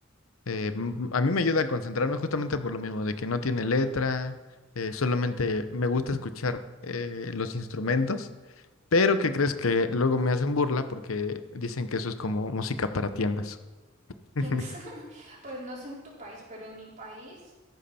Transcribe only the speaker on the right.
¿Quién s- <laughs> Pues no sé en tu país, pero en mi país